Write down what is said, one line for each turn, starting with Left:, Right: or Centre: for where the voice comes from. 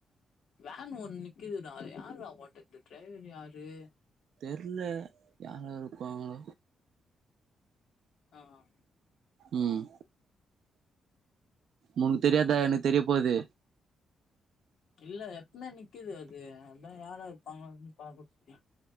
Left: வேன் ஒண்ணு நிக்குதுடா யார்ரா ஓட்றது டிரைவர் யாரு
Right: தெர்ல யாரா இருப்பாங்கோ
Left: ஆ ஆ
Right: ம் உனக்கு தெரியாதா எனக்கு தெரிய போது
Left: இல்ல எப்பமே நிக்குது அது அதா யாரா இருப்பாங்கனு பாக்கறதுக்